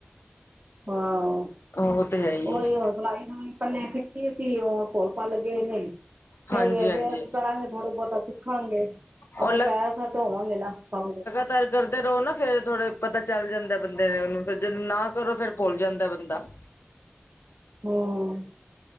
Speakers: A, on the right; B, on the left.
A: ਹਾਂ,
B: ਉਹ ਤੇ ਹੈ ਹੀ
A: ਉਹੀ
B: ਹੈ
A: ਆ ਸਿਲਾਈ ਸੁਲਈ ਪਹਿਲੇ ਸਿੱਖੀ ਸੀ ਉਹ ਭੁੱਲ ਭਾਲ ਪ ਲੱਗੇ ਨੇ
B: ਹਾਂਜੀ
A: ਹਦੇ
B: ਹਾਂਜੀ
A: ਕਰਾਂਗੇ ਥੋੜਾ-ਬਹੁਤਾ ਸਿੱਖਾਂਗੇ ਆਪਣੇ
B: ਉਹ
A: ਪੈਰਾ ਸੈਟ ਹੋਵਾਂਗੇ ਨਾ ਪਾ
B: ਕਰ-ਕਰਦੇ ਰਹੋ ਨਾ ਫਿਰ ਥੋੜੇ ਪਤਾ ਚੱਲ ਜਾਂਦਾ, ਬੰਦੇ ਨੇ ਉਹਨੂੰ ਫਿਰ ਜ ਨਾ ਕਰੋ ਫਿਰ ਭੁੱਲ ਜਾਂਦਾ ਬੰਦਾ।
A: ਹਮ